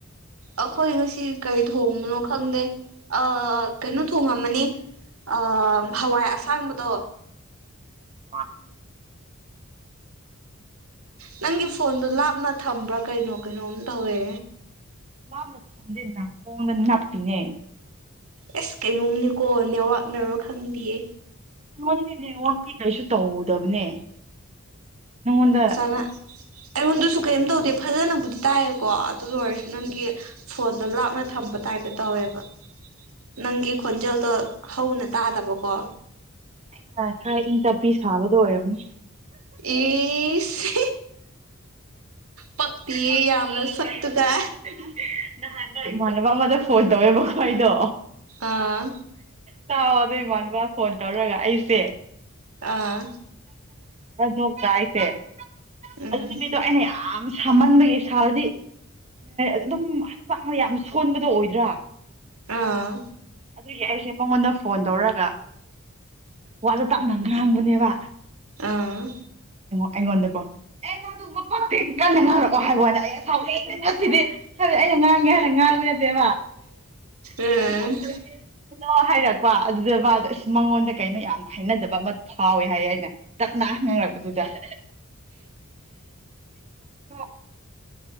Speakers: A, on the right; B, on the right.
A: ꯑꯩꯈꯣꯏ ꯉꯁꯤ ꯀꯔꯤ ꯊꯣꯡꯕꯅꯣ ꯈꯪꯗꯦ ꯑꯥ ꯀꯩꯅꯣ ꯊꯣꯡꯉꯝꯃꯅꯤ ꯑꯥ ꯍꯋꯥꯏ ꯑꯁꯥꯡꯕꯗꯣ
B: ꯍꯥꯏ
A: ꯅꯪꯒꯤ
B: ꯅꯪ
A: ꯐꯣꯟꯗꯣ ꯂꯥꯞꯅ ꯊꯝꯕ꯭ꯔꯥ ꯀꯩꯅꯣ ꯀꯩꯅꯣꯝ ꯇꯧꯋꯦ
B: ꯂꯥꯞꯅ ꯊꯝꯗꯦꯟꯅꯀꯣꯡꯗ ꯅꯞꯄꯤꯅꯦ
A: ꯑꯦꯁ ꯀꯩꯅꯣꯝꯅꯤꯀꯣ ꯅꯦꯋꯥꯛꯅꯔꯣ ꯈꯪꯗꯌꯦ
B: ꯑꯩꯉꯣꯟꯗꯗꯤ ꯅꯦꯠꯋꯥꯛꯇꯤ ꯀꯩꯁꯨ ꯇꯧꯗꯕꯅꯦ ꯅꯪꯉꯣꯟꯗ
A: ꯎꯝꯁꯥꯅ ꯑꯩꯉꯣꯟꯗꯁꯨ ꯀꯔꯤꯝ ꯇꯧꯗꯦ ꯐꯖꯅꯕꯨꯗꯤ ꯇꯥꯏꯌꯦꯀꯣ ꯑꯗꯨ ꯑꯣꯏꯔꯁꯨ ꯅꯪꯒꯤ ꯐꯣꯟꯗ ꯂꯥꯞꯅ ꯊꯝꯕ ꯇꯥꯏꯞꯇ ꯇꯧꯋꯦꯕ ꯅꯪꯒꯤ ꯈꯣꯟꯖꯦꯜꯗꯣ ꯍꯧꯅ ꯇꯥꯗꯕꯀꯣ
B: ꯑꯩꯅ ꯈꯔ ꯏꯪ ꯇꯞꯄꯤ ꯁꯥꯕꯗꯣ ꯑꯣꯏꯔꯝꯅꯤ
A: ꯏꯁ ꯄꯛꯇꯤꯌꯦ
B: ꯆꯞꯄꯦ
A: ꯌꯥꯝꯅ ꯁꯛꯇꯨꯒ
B: ꯌꯝꯅ ꯆꯞꯄꯅ ꯅꯍꯥꯟꯅꯦ ꯏꯃꯥꯅꯕ ꯑꯃꯗ ꯐꯣꯟ ꯇꯧꯋꯦꯕꯀꯣ ꯑꯗꯨꯗꯣ
A: ꯑꯥ
B: ꯇꯥꯛꯑꯣ ꯑꯗꯨ ꯏꯃꯥꯟꯅꯕ ꯐꯣꯟ ꯇꯧꯔꯒ ꯑꯩꯁꯦ
A: ꯑꯥ
B: ꯅꯣꯛꯇ ꯑꯩꯁꯦ
A: ꯎꯝ
B: ꯑꯗꯨꯗꯨ ꯃꯤꯗꯣ ꯑꯩꯅ ꯌꯥꯝ ꯁꯥꯃꯟꯕꯒꯤ ꯁꯥꯔꯗꯤ ꯑꯗꯨꯝ ꯍꯛꯆꯥꯡꯗ ꯌꯥꯝ ꯁꯣꯟꯕꯗꯣ ꯑꯣꯏꯗ꯭ꯔꯥ
A: ꯑꯥ
B: ꯑꯗꯨꯒꯤ ꯑꯩꯁꯦ ꯃꯉꯣꯟꯗ ꯐꯣꯟ ꯇꯧꯔꯒ ꯋꯥꯗ ꯇꯞꯅ ꯈ꯭ꯔ ꯍꯪꯕꯅꯦꯕ
A: ꯑꯥ
B: ꯑꯩꯉꯣꯟꯗꯀꯣ ꯑꯦ ꯅꯪꯗꯤ ꯑꯗꯨꯒꯨꯝꯕ ꯄꯛꯇꯦ ꯀꯟꯅ ꯉꯥꯡꯔꯑꯣ ꯍꯥꯏꯕꯣꯟꯅꯦ ꯑꯩꯁꯥꯎꯦ ꯉꯁꯤꯗꯤ ꯍꯥꯏꯕꯗꯤ ꯑꯩꯅ ꯉꯥꯡꯒꯦ ꯍꯥꯏꯥꯟꯅ ꯉꯥꯡꯕ ꯅꯠꯇꯦꯕ
A: ꯎꯝ
B: ꯑꯩꯗꯤ ꯉꯝꯗ ꯍꯥꯏꯔꯛ ꯄ ꯑꯗꯨꯗꯕ ꯑꯗꯨ ꯑꯁ ꯃꯉꯣꯟꯗ ꯀꯩꯅꯣ ꯌꯥꯝ ꯍꯥꯏꯅꯗꯕ ꯑꯃ ꯐꯥꯎꯋꯦ ꯍꯥꯏ ꯑꯩꯅ ꯇꯞꯅ ꯉꯪꯂꯛꯄꯗꯨꯗ꯭ꯔꯥꯕ <unintelligible> <inaudible>